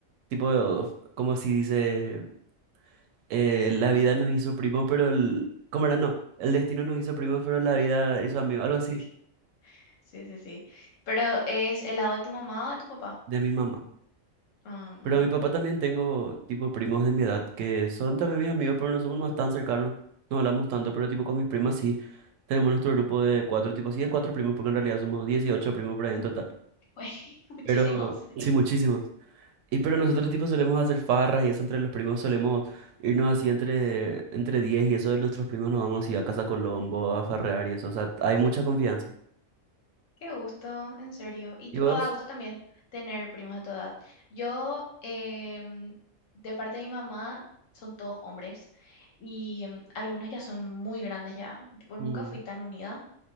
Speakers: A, on the right (about 75°); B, on the left (about 75°).
A: tipo, of- como así dice, eh, la vida nos hizo primos, pero el, ¿cómo era? No, el destino nos hizo primos, pero la vida hizo amigos, algo así,
B: Sí, sí, sí, sí. Pero ¿es el lado de tu mamá o de tu papá?
A: de mi mamá.
B: Ah,
A: Pero
B: ujú.
A: a mi papá también tengo tipo primos de mi edad que son también mis amigos, pero no somos más tan cercanos, no hablamos tanto, pero tipo con mis primas sí. Tenemos nuestro grupo de cuatro, tipo sí, de cuatro primos, porque en realidad somos 18 primos por ahí en total.
B: <laughs> Muchísimos.
A: Pero sí, muchísimos. Y pero nosotros tipo solemos hacer farras y eso entre los primos solemos irnos así entre entre 10 y eso de nuestros primos nos vamos así a Casa Colombo a farrear y eso, o sea, hay mucha confianza.
B: Qué gusto, en serio. Y
A: ¿Y
B: tipo,
A: vos?
B: da gusto también tener primos de tu edad. Yo, em, de parte de mi mamá, son todos hombres y em, algunos ya son muy grandes ya. Tipo, nunca
A: Mm,
B: fui tan unida.